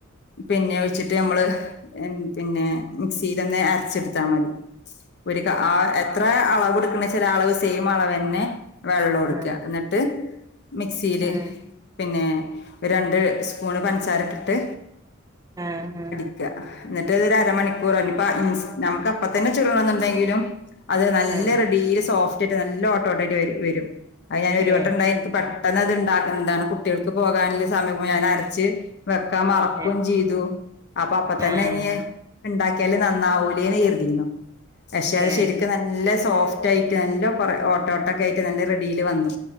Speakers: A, on the left; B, on the right.
A: പിന്നെ ഒഴിച്ചിട്ട് ഞമ്മള് പിന്നെ മിക്സിലൊന്ന് അരച്ചെടുത്താ മതി ഒര് ക ആഹ് എത്രേ അളവ്ട്ക്ക്ണേച്ചാല് ആ അളവ് സെയിം അളവെന്നെ വെള്ളുട്ക്ക്വാ
B: ആഹ്
A: ന്നിട്ട് മിക്സീല്
B: ആഹ്
A: പിന്നെ ഒരു രണ്ട് സ്പൂണ് പൻസാരട്ടിട്ട്
B: ഉം ഉം
A: ന്നിട്ടതൊരു അരമണിക്കൂറൊ ഇനിപ്പോ മീൻസ് നമുക്ക് അപ്പ തന്നെ ചുടണംന്ന്ണ്ടെങ്കിലും അത് നല്ല
B: ആഹ്
A: റെഡീല് സോഫ്റ്റായിട്ട് നല്ല ഓട്ടോട്ടയ്ട്ട് വെരും അത് ഞാൻ ഒരു
B: ഏഹ്
A: വട്ടം ഉണ്ടായി ഇൻക്ക് പെ പെട്ടെന്ന് അത്ണ്ടാക്കൺതാണ്. കുട്ട്യേൾക്ക് പോകാന്ള്ള സമയാവുംമ്പോ ഞാനരച്ച് വെക്കാൻ മറക്കും
B: ഏഹ്
A: ചെയ്തു അപ്പൊ അപ്പ തന്നെ
B: ആഹ്
A: ഇനിയെ ഇണ്ടാക്ക്യാല് നന്നാവൂലേന്ന് കെര്തീന്നു പക്ഷേ അത്
B: ഏഹ്
A: ശരിക്കും നല്ല സോഫ്റ്റായി നല്ലോം കൊറേ ഓട്ട ഓട്ടക്കായിട്ട് നല്ല റെഡീല് വന്നു